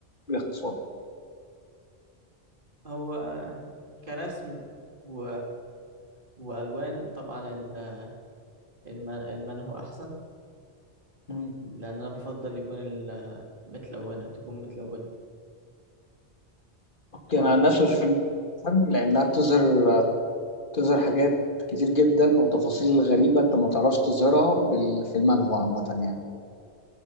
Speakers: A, on the left; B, on the right.
A: باختصار
B: هو كرسم و... والوان طبعا ال- الم- المنهو احسن
A: مم.
B: لان انا بفضل يكون ال- متلونه تكون متلونه
A: اوكي
B: و
A: انا عن نفسي بشوف المانهوا لانها بتظهر بتظهر حاجات كتير جدا وتفاصيل غريبه انت ما تعرفش تظهرها بال... في المانهوا عامه يعني